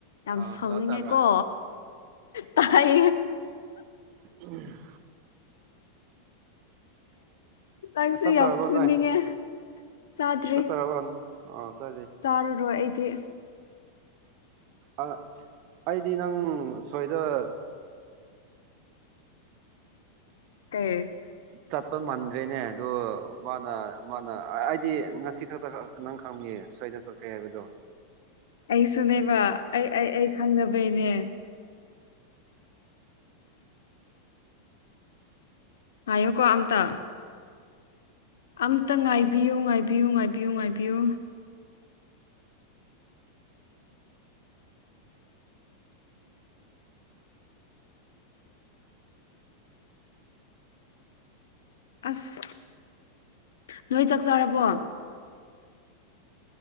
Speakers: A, on the left (about 60°); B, on the right (about 45°).
A: ꯌꯥꯝ
B: ꯑ
A: ꯁꯥꯎꯅꯤꯡꯉꯦꯀꯣ
B: ꯍꯜꯂꯣ ꯇꯥꯕ꯭ꯔꯥ
A: ꯇꯥꯏ
B: ꯎꯝ
A: ꯅꯪꯁꯦ
B: ꯆꯠꯆꯔꯕꯣ
A: ꯌꯥꯝ ꯐꯨꯅꯤꯡꯉꯦ
B: ꯅꯣꯏ
A: ꯆꯥꯗ꯭ꯔꯤ
B: ꯆꯠꯇꯔꯕꯣ ꯑꯥꯎ ꯆ
A: ꯆꯥꯔꯔꯣꯏ ꯑꯩꯗꯤ
B: ꯑꯣ ꯑꯩꯗꯤ ꯅꯪ ꯁꯣꯏꯗ <inaudible> <inaudible>
A: ꯀꯩ
B: ꯆꯠꯄ ꯃꯥꯟꯗ꯭ꯔꯦꯅꯦ ꯑꯗꯣ ꯃꯥꯅ ꯃꯥꯅ ꯍꯥꯏꯗꯤ ꯉꯁꯤ ꯈꯛꯇ ꯅꯪ ꯈꯥꯡꯅꯤꯌꯦ ꯁ꯭ꯋꯥꯏꯗ ꯆꯠꯈ꯭ꯔꯦ ꯍꯥꯏꯕꯗꯣ
A: ꯑꯩ ꯁꯨꯅꯦꯕ ꯑꯩ ꯑꯩ ꯑꯩ ꯈꯪꯗꯕꯩꯅꯦ ꯄꯥꯏꯌꯨ ꯀꯣ ꯑꯝꯇ ꯑꯝꯇ ꯉꯥꯏꯕꯤꯌꯨ ꯉꯥꯏꯕꯤꯌꯨ ꯉꯥꯏꯕꯤꯌꯨ ꯉꯥꯏꯕꯤꯌꯨ ꯑꯁ ꯅꯣꯏ ꯆꯥꯛ ꯆꯥꯔꯕꯣ